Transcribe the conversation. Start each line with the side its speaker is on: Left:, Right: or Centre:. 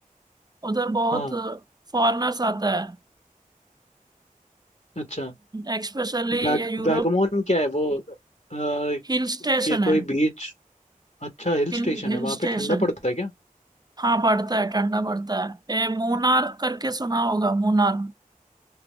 Right: उधर बहुत
Left: हाँ
Right: फॉरेनर्स आता है
Left: अच्छा
Right: एक्सपेशली ये
Left: वैग
Right: यूरोप
Left: वैगमोन क्या है वो अ,
Right: हिल स्टेशन
Left: ये
Right: है
Left: कोई बीच अच्छा हिल
Right: Hill
Left: स्टेशन
Right: hill
Left: है वहां
Right: station
Left: पे ठंडा पड़ता है क्या
Right: हाँ पड़ता है ठंडा पड़ता है ये मुनार करके सुना होगा मुनार